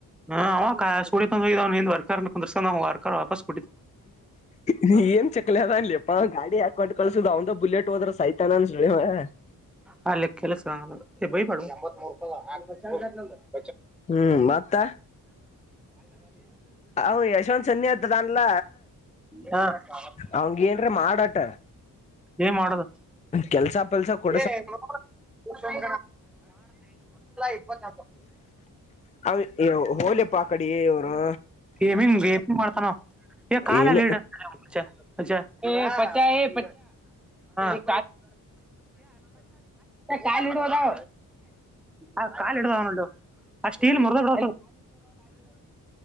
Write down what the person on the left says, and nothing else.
ನೀ ಏನ್ ಚಕ್ಲಿ ಅದ ಅನ್ಲಿಪ್ಪ ಗಾಡಿ ಹಾಕೊಂಡು ಕಳಸುದುದು ಅವಂದ ಬುಲೆಟ್ ಹೋದ್ರ ಸೈತ ಸ <unintelligible>
ಹ್ಮ್ ಮತ್ತ ಅವ ಯಶವಂತ್ ಸನ್ನಿ ಆತದನ್ಲ
ಅವಂಗ ಏನ್ರ ಮಾಡಾಟ
ಕೆಲ್ಸಾಫಲ್ಸ ಕೊ
ಹ ಹೋಳ ಪಾಕಡಿ ಇವರು
ಏನ